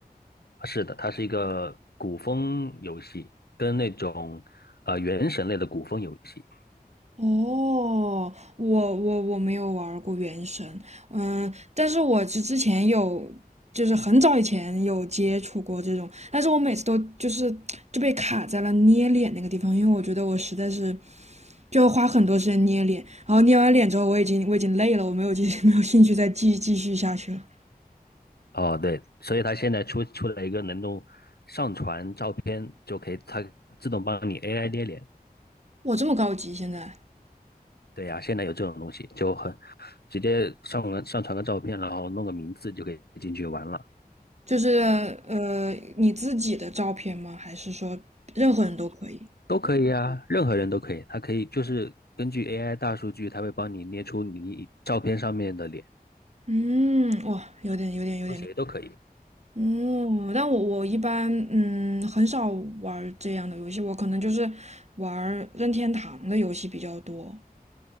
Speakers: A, on the left (about 75°); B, on the right (about 45°).
A: 啊是的，它是一个古风游戏，跟那种呃原神类的古风游戏。
B: 哦，我我我没有玩儿过《原神》，嗯，但是我之之前有，就是很早以前有接触过这种，但是我每次都就是就被卡在了捏脸那个地方，因为我觉得我实在是就花很多时间捏脸，然后捏完脸之后，我已经我已经累了，我没有继续没有兴趣再继继续下去了。
A: 哦，对，所以它现在出出了一个能够上传照片就可以，它自动帮你 AI 捏脸。
B: 我这么高级，现在
A: 对呀、现在有这种东西，就很直接上个上传个照片，然后弄个名字就可以进去玩了。
B: 就是呃你自己的照片吗？还是说任何人都可以？
A: 都可以啊，任何人都可以，它可以就是根据 AI 大数据，它会帮你捏出你照片上面的脸，
B: 嗯，哇，有点有点有点厉害。
A: 说谁都可以。
B: 嗯，但我我一般嗯很少玩儿这样的游戏，我可能就是玩儿任天堂的游戏比较多。